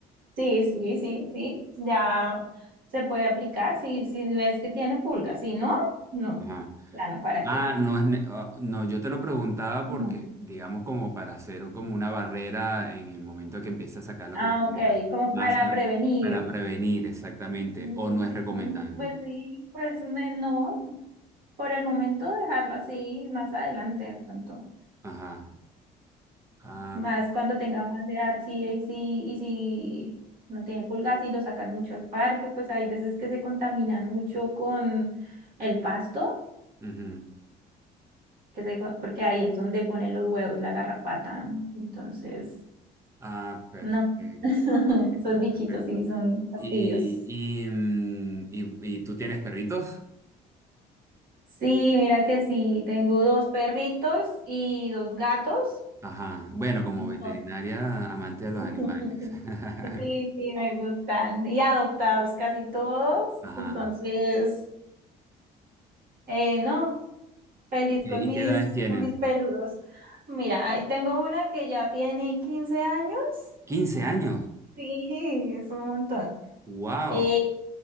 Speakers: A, on the right; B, on the right.
A: Sí, sí, sí, sí. Ya se puede aplicar si, si ves que tiene pulgas. Si no, no.
B: Ajá.
A: Claro, ¿para
B: Ah,
A: qué no?
B: no es, ne- ah, no, yo te lo preguntaba porque,
A: No.
B: digamos, como para hacer como una barrera en el momento que empiece a sacarlo
A: Ah,
B: como más,
A: ok, como
B: más,
A: para
B: eh,
A: prevenir.
B: para prevenir exactamente,
A: Mm,
B: o no es recomendable.
A: mm, Pues sí, pues me, no. Por el momento dejarlo así, más adelante de pronto.
B: Ajá. Ah,
A: Más
B: per-
A: cuando tenga más edad, sí, y si, y si no tiene pulgas y lo sacan mucho al parque, pues hay veces que se contaminan mucho con el pasto,
B: ujú.
A: que se, co- porque ahí es donde ponen los huevos, la garrapata. Entonces,
B: Ah, perfecto,
A: no. <laughs>
B: perfecto,
A: Esos bichitos
B: perfecto.
A: sí son fastidios.
B: Y, y, mm, y- y tú tienes perritos?
A: Sí, mira que sí, tengo dos perritos y dos gatos.
B: Ajá. Bueno, como
A: Entonces,
B: veterinaria, amante de los animales.
A: <laughs>
B: <laughs>
A: sí, sí, me gustan. Y adoptados casi todos.
B: Ajá.
A: Entonces. Eh, no, feliz
B: ¿Y
A: con mis,
B: y qué edades tienen?
A: con mis peludos. Mira, ahí tengo una que ya tiene 15 años.
B: 15 años.
A: Sí, es un montón.
B: ¡Wow!
A: Eh,